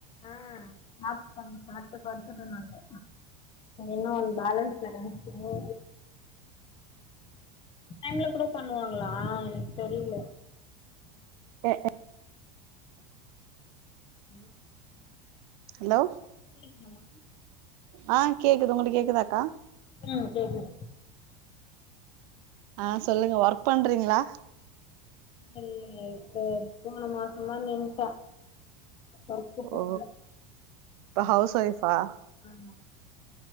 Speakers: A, on the left; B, on the right.
A: ஆ சாப்ட்டாங்க சாப்ட்டு படுத்துட்ருக்காங்க இன்னு ஒன் போலன்ஸ் இருக்குது டைம்ல கூடோ பண்ணுவாங்களா எனக் தெரியில
B: அ அ
A: ஹலோ
B: ஹலோ
A: கேக்குதாமா
B: ஆ கேக்குது உங்களுக்கு கேக்குதாக்கா
A: ம் கேக்குது
B: ஆ சொல்லுங்க ஒர்க் பண்றீங்ளா
A: இல்லைங்க இப்போ போன மாசோதா நின்ட்டே வொர்க்
B: ஓ
A: போகல
B: இப்ப ஹவுஸ்
A: கொஞ்ச
B: ஒய்ஃபா
A: நாள் போட்டோ ஆமா